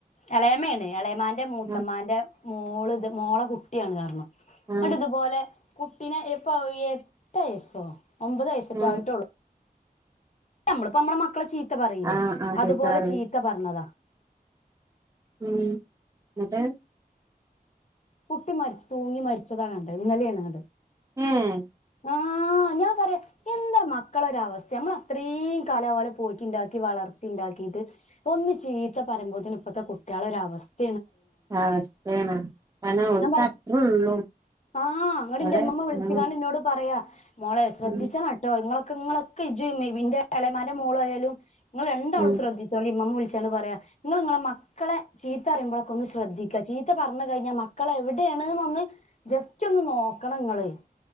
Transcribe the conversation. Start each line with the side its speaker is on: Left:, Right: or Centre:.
Left: ഇളയമ്മയാണ് ഇളയമാന്റെ മൂത്തമാന്റെ
Right: ഉം
Left: മോള് ഇത് മോളെ കുട്ടിയാണ് കാരണം
Right: ഉം
Left: ഇതുപോലെ കുട്ടിനെ ഇപ്പോ എട്ട് വയസോ ഒമ്പത് വയസ്സറ്റ
Right: ഉം
Left: ആയിട്ടുള്ളൂ നമ്മളിപ്പോ നമ്മടെ മക്കളെ ചീത്ത പറയില്ലേ
Right: ആഹ് ആഹ്
Left: അതുപോലെ
Right: ചീത്ത പറയും
Left: ചീത്ത പറഞ്ഞതാ
Right: ഉം എന്നിട്ട്
Left: കുട്ടി മരിച്ച്തൂങ്ങി മരിച്ചതാ കണ്ട് ഇന്നലെയാ കണ്ടത്
Right: ഉം
Left: ആഹ് ഞാൻ പറയാ എന്താ മക്കളൊര അവസ്ഥ നമ്മള അത്രയും കലകല പോയിട്ടുണ്ടാക്കി വളർത്തി ഉണ്ടാക്കിട്ട് ഒന്ന് ചീത്ത പറയുമ്പോന് ഇപ്പോത്തെ കുട്ടികളെ ഒര അവസ്ഥ
Right: അവ അവസ്ഥയാണ് കന്നെ
Left: ഞാൻ
Right: ക്ക്
Left: പറ
Right: അത്രേ ഉള്ളൂ <unintelligible>
Left: ആഹ് അങ്ങട്ട എന്റെ
Right: ഓലെ
Left: അമ്മമ്മ വിളിച്ച
Right: ഉം
Left: ഞാൻ നിന്നോട്. പറയാ മോളെ ശ്രദ്ധിച്ച
Right: ഉം
Left: മട്ടോ നിങ്ങളൊ ങ്ങളൊക്കെ ഇന്റെ ഇടമാരുടെ മോളായാലും നിങ്ങൾ രണ്ടാളും
Right: ഉം
Left: ശ്രദ്ധിച്ചോ വിള പറയാ നിങ്ങ നിങ്ങളെ മക്കളെ ചീത്ത പറയുമ്പോഴൊക്കെ ഒന്ന് ശ്രദ്ധിക്കുക ചീത്ത പറ പറ കഴിഞ്ഞാൽൽ മക്കൾ എവിടെയാണെന്ന് ഒന്ന് ജസ്റ്റ് ഒന്ന് നോക്കണങ്ങള്